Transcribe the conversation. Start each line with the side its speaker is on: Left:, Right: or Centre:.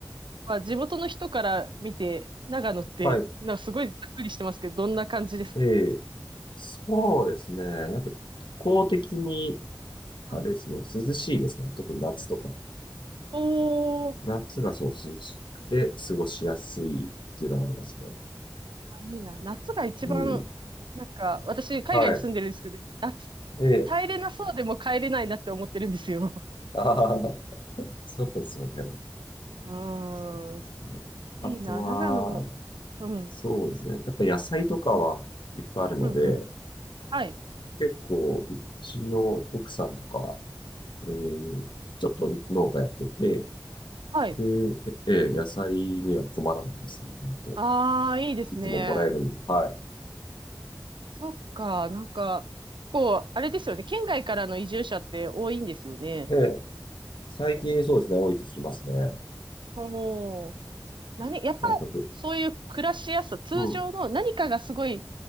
Right: まあ、地元の人から見て、長野って、
Left: はい。
Right: なんかすごいざっくりしてますけど、どんな感じですか
Left: ええそうですね。やっぱ気候的に、
Right: うん。
Left: あれですね、涼しいですね。特に夏とか。
Right: おー、
Left: 夏がそう涼しくて過ごしやすいっていうのはありますね。
Right: あいいな。夏が一番、
Left: うん。
Right: なんか、私、海外に住んでるんですけど、
Left: はい。
Right: 夏、
Left: ええ
Right: 耐えれなそうでも帰れないなって思ってるんですよ。
Left: ああー、そうですよね。
Right: うーん、
Left: そうそうそう。
Right: いいな、
Left: あとは、
Right: 長野。うん。
Left: そうですね。やっぱ野菜とかはいっぱいあるので、
Right: うんうん。はい。
Left: 結構、うちの奥さんとか、えーちょっと農家やってて、
Right: はい。
Left: で、ええ、野菜には困らないですね、本当。
Right: ああ、いいですね。
Left: いつももらえるんで、は
Right: そっか。なんか、こう、あれですよね。県外からの移住者って多いんですよね。
Left: い。ええ、最近そうですね、多いって聞きますね。
Right: おー。何、やっぱ、
Left: やっぱぶ、
Right: そういう暮らしやすさ、通常の何かがすごい
Left: うん。